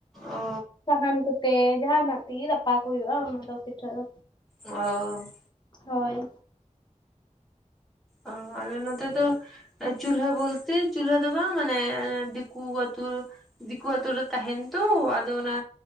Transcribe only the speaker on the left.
ᱥᱟᱦᱟᱱ ᱠᱚᱛᱮ ᱡᱟᱦᱟᱱᱟᱜ ᱛᱮᱜᱮ ᱜᱟᱯᱟ ᱠᱚ ᱦᱩᱭᱩᱜᱼᱟ ᱚᱱᱟ ᱫᱚ ᱯᱤᱴᱷᱟᱹ ᱫᱚ
ᱦᱳᱭ